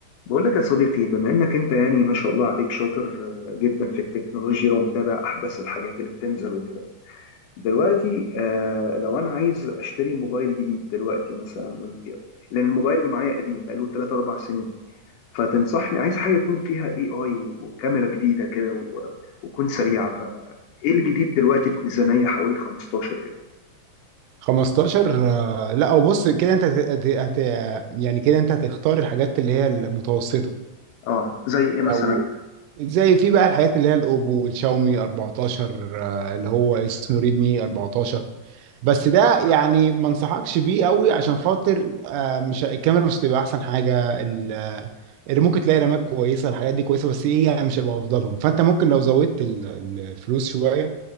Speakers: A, on the left; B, on the right.
A: بقول لك يا صديقي بما انك انت يعني ما شاء الله عليك شاطر آه، جدا في التكنولوجيا ومتابع احدث الحاجات اللي بتنزل وكده دلوقتي آه، لو انا عايز اشتري موبايل جديد دلوقتي مثلا وي- لان الموبايل اللي معايا قديم بقاله 3 4 سنين فتنصحني عايز حاجه يكون فيها اي اي وكاميرا جديده كده و- وتكون سريعه فايه الجديد دلوقتي في ميزانيه حوالي 15 كده
B: 15 آه، لا او بص كده انت هت... هت... هت... يعني كده انت هتختار الحاجات اللي هي المتوسطه
A: اه زي ايه مثلا
B: او
A: كده
B: زي في بقى الحاجات اللي هي الاوبو والشاومي 14 آه، اللي هو اسمه ريدمي 14 بس ده يعني ما انصحكش بيه قوي عشان خاطر آه، مش الكاميرا مش هتبقى احسن حاجه ال- آه، اللي ممكن تلاقي رامات كويسه الحاجات دي كويسه بس ايه يعني مش هيبقى افضلهم فانت ممكن لو زودت ال- ال- الفلوس شويه